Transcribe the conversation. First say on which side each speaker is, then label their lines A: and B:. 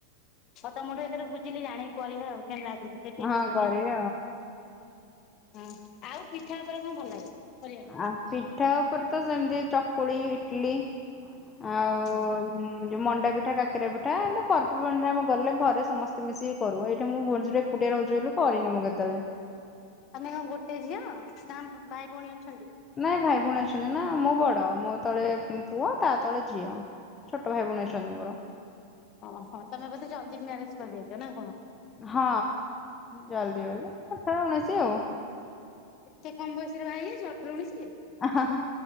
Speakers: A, on the left; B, on the left.
A: ହଉ ତମଠୁ ଏଥର ବୁଝିଲି ଜାଣିକି କରିବା ଆଉ କେମତି ଲାଗୁଛି ଟିକିଏ
B: ହଁ
A: ଟେଷ୍ଟ କରିବା
B: କରିବି
A: ଆଉ। ହଁ ଆଉ ପିଠା ଉପରେ କଣ ଭଲ ଲାଗେ କରିବାକୁ?
B: ଆ ପିଠା ଉପରେ ତ ସେମିତି ଚକୁଳି ଇଟଲି ଆଉ
A: ହୁଁ।
B: ଯୋଉ ମଣ୍ଡା ପିଠା କାକରା ପିଠା। ପର୍ବବାଣିରେ ଆମେ ଗଲେ ଘରେ ସମସ୍ତେ ମିଶିକି କରୁ ଏଇଠି ମୁଁ ଭୋଶ୍ଵର୍ ରେ ଏକୁଟିଆ ରହୁଛି ବୋଲି କରିନି ମୁଁ କେତବେଳେ?
A: ମାନେ କଣ ଗୋଟେ ଝିଅ ନା ଭାଇ ଭଉଣୀ ଅଛନ୍ତି?
B: ନାଇଁ ଭାଇ ଭଉଣୀ ଅଛନ୍ତି ନା ମୁଁ ବଡ ମୋ ତଳେ ପୁଅ ତା ତଳେ ଝିଅ। ଛୋଟ ଭାଇ ଭଉଣୀ ଅଛନ୍ତି ମୋର।
A: ଓହୋ ତମେ ବୋଧେ ଜଲ୍ଦି ମ୍ୟାରେଜ କରିଯାଇଛ ନା କଣ?
B: ହଁ ଜଲଦି ବୋଲେ ସତର ଉନିଶି ଆଉ।
A: ଏତେ କମ ବୟସ ରେ ବାହା ହେଇ ଯାଇଛ ଅଠର ଉଣଶ ରେ?
B: ହା ହା ହଁ।